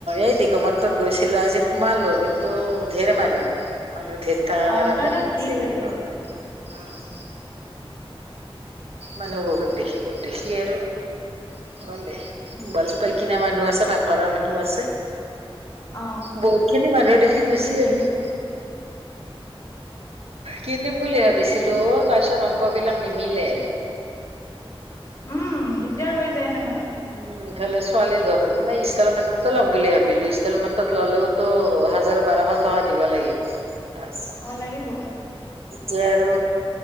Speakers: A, on the right; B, on the left.
A: এই দিকমত্ৰত গৈছিলো আজি সোমালো কিন্তু ধেৰ মানুহ মানুহ ধেৰ।
B: অ', তাৰ তাত ভিৰ থাকে
A: <inaudible> মানে বহুত দেখিলো দেখি আৰু। <unintelligible> মোবাইল-চোবাইল কিনা মানুহ আছে, ভালকৰা মানুহ আছে।
B: অ।
A: বহুত খিনি মানুহ দেখি গুচি আহিলো। কিনিম বুলি
B: ঠিকে
A: ভাবিছিলো
B: আছে দিয়ক।
A: অ, তাৰ পিছত অংক বিলাক নিমিলে।
B: উম দিগদাৰ হৈ যায় নহয়।
A: উম ইফালে ছোৱালীৰ ঘৰত নে ইনষ্টলমেন্টো ল'ম বুলি ভাবিলো, ইনষ্টলমেন্টত ল'লেওতো হাজাৰ বাৰশ। টকা দিব লাগিব <unintelligible>
B: অঁ লাগিব।
A: যে আৰু।